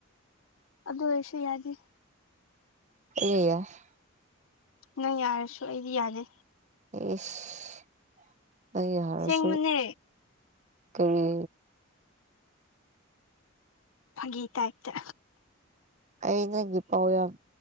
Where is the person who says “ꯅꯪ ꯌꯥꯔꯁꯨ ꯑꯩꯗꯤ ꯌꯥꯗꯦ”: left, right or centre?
Left